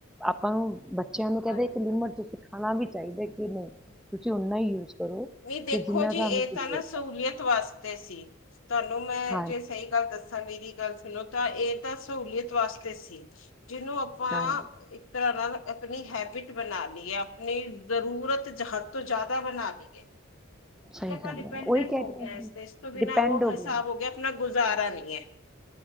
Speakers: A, in the centre; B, on the left.
A: ਆਪਾਂ ਨੂੰ ਬੱਚਿਆਂ ਨੂੰ ਕਹਿੰਦੇ
B: ਹਾਂਜੀ।
A: ਇੱਕ ਲਿਮਟ'ਚ ਸਿਖਾਣਾ ਵੀ ਚਾਹੀਦਾ ਕਿ ਨਹੀਂ, ਤੁਸੀਂ ਹੁਣ ਨਾ ਯੂਜ ਕਰੋ ਕਿ
B: ਨਹੀਂ ਦੇਖੋ
A: ਜਿੰਨਾ
B: ਜੀ,
A: ਤੁਹਾਨੂੰ
B: ਇਹ
A: ਜ਼ਰੂਰਤ
B: ਤਾਂ ਨਾ ਸਹੂਲੀਅਤ
A: ਹੈ
B: ਵਾਸਤੇ ਸੀ, ਤੁਹਾਨੂੰ ਮੈਂ
A: ਹਾਂਜੀ
B: ਜੇ ਸਹੀ ਗੱਲ ਦੱਸਾਂ ਮੇਰੀ ਗੱਲ ਸੁਣੋ ਤਾ, ਇਹ ਤਾਂ ਸਹੂਲੀਅਤ ਵਾਸਤੇ ਸੀ ਜਿਹਨੂੰ ਵਾਂ
A: ਹਾਂਜੀ
B: ਤਰ੍ਹਾਂ ਨਾਲ ਆਪਣੀ ਹੈਬਿਟ ਬਣਾਲੀ ਐ, ਆਪਣੀ ਜ਼ਰੂਰਤ ਹਦ ਤੋਂ ਜ਼ਿਆਦਾ ਬਣਾਲੀ ਏ।
A: ਸਹੀ
B: ਕਿ ਆਪਾਂ
A: ਗੱਲ
B: ਡਿਪੈਂਡੈਂਟ
A: ਹੈ ਉਹੀ ਕਹਿ
B: ਹੋਗਿਆ
A: ਰਹੀ
B: ਇਸ
A: ਹਾਂ
B: ਤੇ, ਇਸ ਤੋਂ ਬਿਨਾ
A: ਡਿਪੈਂਡ
B: ਉਹ
A: ਹੋ
B: ਹਿਸਾਬ
A: ਗਿਆ
B: ਹੋਗਿਆ ਆਪਣਾ ਗੁਜ਼ਾਰਾ ਨਹੀਂ ਹੈ।